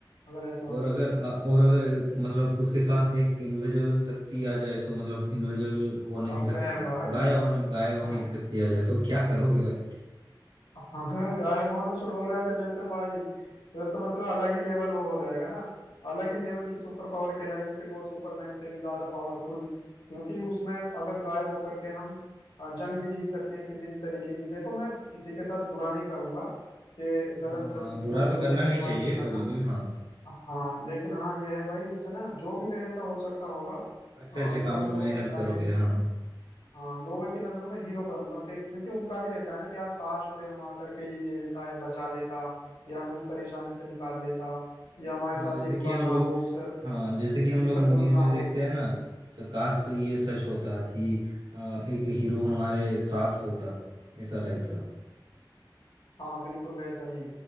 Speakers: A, on the left; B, on the right.
A: अगर ऐसा हो
B: और
A: जाए
B: अगर आ, और अगर अ, मतलब उसके साथ एक इनविजिबल शक्ति आ जाए तो मतलब इनविजिबल होने की
A: अबे
B: शक्ति
A: भाई
B: गायब होने गायब होने
A: <laughs>
B: की शक्ति आ जाए तो क्या करोगे भाई
A: अगर गायब होना शुरू हो रहा है तो जैसे भाई फिर तो मतलब अलग ही लेवल वो हो जाएगा ना अलग ही लेवल की सुपर पावर कहलाएगी फिर वो सुपरमैन से भी ज्यादा पावरफुल क्योंकि उसमें अगर गायब होकर के हम अ, जंग भी जीत सकते हैं किसी भी तरीके की देखो मैं किसी के साथ बुरा नहीं करूंगा कि गलत
B: हाँ
A: शक-
B: हाँ, बुरा
A: शक्तियों
B: तो करना
A: का इस्तेमाल
B: नहीं चाहिए
A: नहीं करना
B: कभी भी हाँ
A: हाँ लेकिन हाँ ये है भाई उससे ना जो भी मेरे से हो सकता होगा
B: अच्छे
A: और
B: अच्छे
A: जो
B: कामों
A: भी लोगों
B: में
A: को
B: हेल्प
A: चाहिए
B: करोगे हाँ
A: हाँ लोगों की नजरों में हीरो बनूंगा कि क्योंकि उनका भी रहता है ना कि यार काश कोई हम आकर के ये दे देता या बचा लेता या हमें इस परेशानी से निकाल लेता या हमारे
B: हाँ
A: साथ
B: जैसे
A: ये
B: कि
A: बुरा
B: हम
A: ना
B: लोग
A: हो उससे
B: हाँ जैसे कि
A: किसी
B: हम लोग
A: पर
B: मूवीज
A: जुल्म ना
B: में देखते
A: हो
B: हैं ना स- काश ये सच होता कि आ, एक हीरो हमारे साथ होता ऐसा टाइप का
A: हाँ बिल्कुल वैसा ही